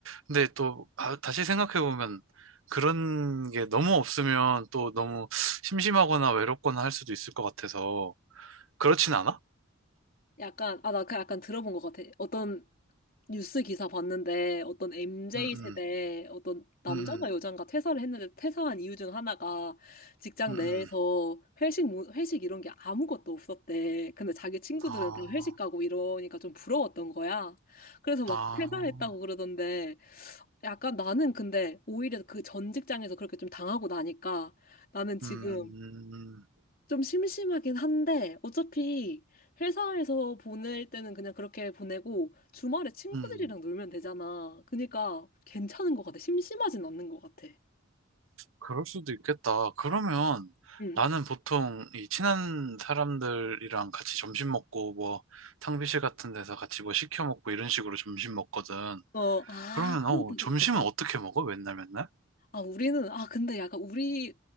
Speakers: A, on the right; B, on the left.
A: 근데 또, 아, 다시 생각해보면, 그런 게 너무 없으면 또 너무 심심하거나 외롭거나 할 수도 있을 것 같아서, 그렇진 않아?
B: 약간 아 나 그 약간 들어본 것 같아. 어떤 뉴스 기사 봤는데 어떤 m j
A: 음, 음,
B: 세대 어떤 남자가
A: 음,
B: 여잔가 퇴사를 했는데 퇴사한 이유 중 하나가 직장
A: 음, 음,
B: 내에서
A: 음.
B: 회식 문- 회식 이런 게 아무것도 없었대. 근데 자기 친구들은
A: 아.
B: 다 회식 가고 이러니까 좀 부러웠던 거야. 그래서 막
A: 아,
B: 퇴사했다고 그러던데 약간 나는 근데 오히려 그 전 직장에서 그렇게 좀 당하고 나니까 나는 지금
A: 음, 음,
B: 좀 심심하긴 한데, 어차피 회사에서 보낼 때는 그냥 그렇게 보내고, 주말에 친구들이랑
A: 음.
B: 놀면 되잖아. 그니까 괜찮은 것 같아. 심심하진 않는 것 같아.
A: 그럴 수도 있겠다. 그러면
B: 응.
A: 나는 보통 이 친한 사람들이랑 같이 점심 먹고 뭐 탕비실 같은 데서 같이 뭐 시켜 먹고 이런 식으로 점심 먹거든.
B: 어, 아,
A: 그러면
B: 그건
A: 어,
B: 또
A: 점심은
B: 그렇겠다.
A: 어떻게 먹어? 맨날 맨날?
B: 아, 우리는, 아, 근데 약간 우리